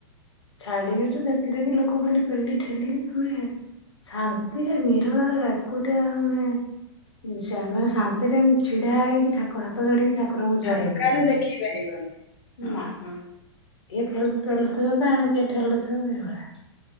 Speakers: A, on the left; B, on the left.
A: ଛାଡିବେ ଯେ ଯେତେଟା ବି ଲୋକ ଗଲେ ପେଲି ଠେଲିକି ତମେ ଶାନ୍ତିରେ ନିରଳା ଏକୁଟିଆ ମାନେ ଯା ମାନେ ଶାନ୍ତିରେ ଛିଡା ହେଇକି ଠା କଣ ହାତ ଯୋଡିକି ଠାକୁରଙ୍କୁ ଜୁହାର
B: ଫାଙ୍କାରେ
A: ହେଇପାରିବିନି
B: ଦେଖିପାରିବନି ହଁ
A: ନା।
B: ହଁ।
A: ଏ ଫୁଲ। <unintelligible>